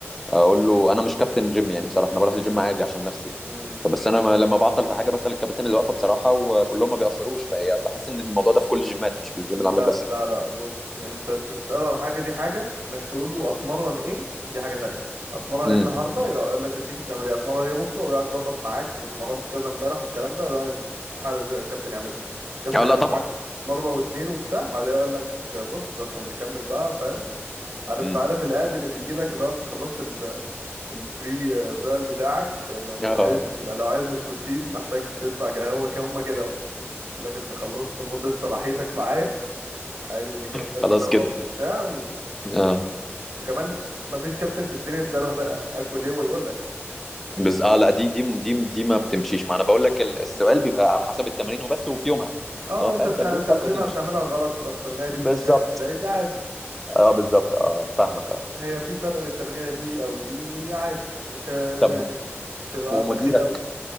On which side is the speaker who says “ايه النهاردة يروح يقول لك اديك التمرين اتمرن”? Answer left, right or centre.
Right